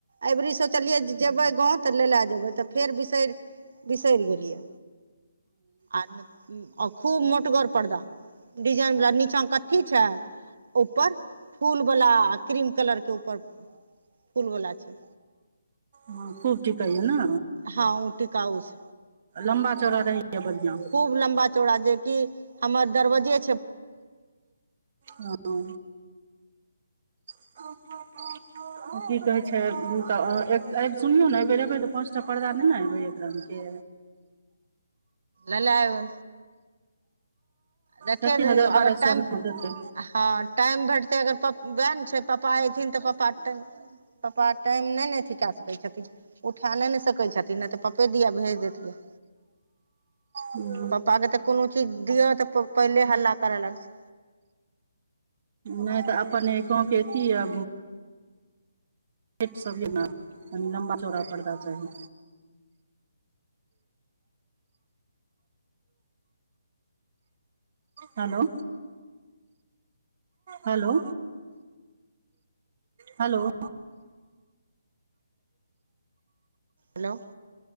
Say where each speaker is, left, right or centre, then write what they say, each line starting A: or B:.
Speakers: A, on the right (about 55°); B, on the right (about 35°).
A: एबरी सोचलियै जेबै गाँव तऽ ले लए जेबै तऽ फेर बिसरि बिसरि गेलियै आ आ खूब मोटगर पर्दा डिजाइन वालला नीचा मे कथी छै ऊपर वला क्रीम कलर के ऊपर फूल वाला छै
B: ह खूब चिकन ह ने
A: हँ उ टिकाउ छै
B: लम्बा चोरा र हए बढ़िआ
A: खूब लम्बा चौड़ा जे कि हमर दरवे
B: ह ओह ओ
A: <inaudible>
B: की कहै छै त आबि सुनियौ ने एहिबेर अयबै त दोपाँच टा पर्दा ने ने अयबै एक रंग के
A: नेने एबै देखे
B: कते
A: रहियो
B: हजार बारह
A: अगर
B: सए
A: टाइम
B: मे देतै
A: हँ टाइम भेटतै अगर प उएह ने छै पप्पा अयथिन त पप्पा टाइम पप्पा टाइम नहि ने अथी कए सकैत छथिन उठा नहि ने सकै छथिन नय त पप्पे दिया भेज देतियै
B: हू
A: पप्पा के त कोनो चीज दियऔ त पहिले हल्ला करे लगे छै
B: नहि त अपन गाँवके अथी अ पेट सब य ना कनि लम्बा चौड़ा पर्दा चाही hello hello hello
A: hello